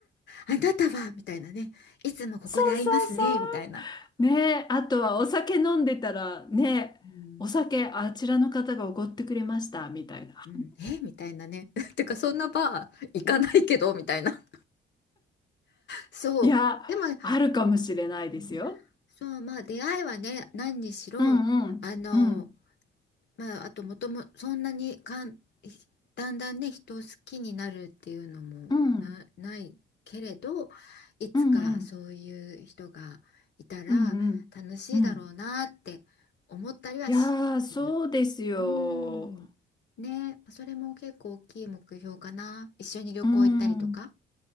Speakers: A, on the left; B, on the left.
A: あ、あなたは、みたいなね、いつもここで会いますね、
B: そうそうそ
A: みたいな。
B: う。ねえ、あとはお酒飲んでたら、ねえ、
A: うん、
B: お酒あちらの方がおごってくれました、みたいな。
A: うんえ、みたいなね。<laughs> てか、そんなバー行かないけど、みたいな。そう。
B: いや、
A: でも、う
B: あるかもしれないですよ。
A: んそう、まあ、出会いはね、何にしろ、
B: うんうん、
A: あの、
B: うん、
A: まあ、あともともそんなにかんだんだんね人を好きになるっていうのもな、
B: うん、
A: ないけれどいつかそういう人がいたら楽しいだろうなって思ったりはしする。
B: うん、うん、うん、うん。うんいやー、そうですよ。
A: うん。ね、それも結構大きい目標かな。一緒に旅行行ったりとか。
B: うん。